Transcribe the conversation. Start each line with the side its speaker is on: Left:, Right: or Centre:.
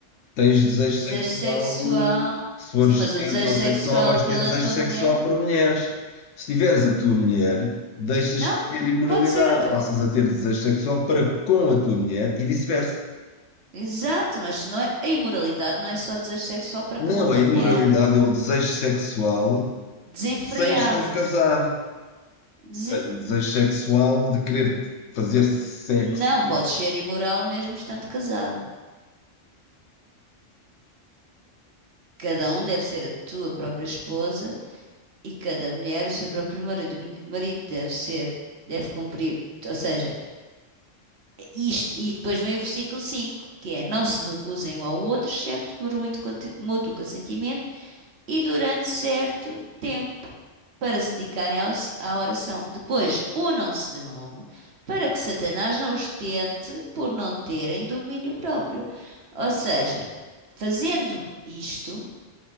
Left: tens desejo
Right: desejo
Left: sexual,
Right: sexual.
Left: eh, se fores
Right: Sim, mas o
Left: heterossexual,
Right: desejo sexual
Left: vais
Right: pela
Left: ter desejo
Right: tua
Left: sexual
Right: mulher?
Left: para mulheres. Se tiveres a tua mulher, deixas
Right: Não,
Left: de ter imoralidade,
Right: pode ser outra.
Left: passas a ter desejo sexual para com a tua mulher e vice-versa.
Right: Exato, mas não é... a imoralidade não é só desejo sexual para
Left: Não
Right: com outra
Left: é imoralidade,
Right: mulher.
Left: é o desejo sexual
Right: Desenfreado.
Left: sem estar casado. Ou
Right: Dese-
Left: seja, o desejo sexual de querer fazer sexo.
Right: Não podes ser imoral mesmo estando casado. Cada um deve ser a tua própria esposa e cada mulher o seu próprio marido. O marido deve ser, deve cumprir, ou seja, isto, e depois vem o versículo 5 que é: Não se recusem um ao outro, excepto por muito mútuo consentimento e durante certo tempo, para se dedicarem ao- à oração. Depois, unam-se de novo, para que Satanás não os tente por não terem domínio próprio. Ou seja, fazendo isto.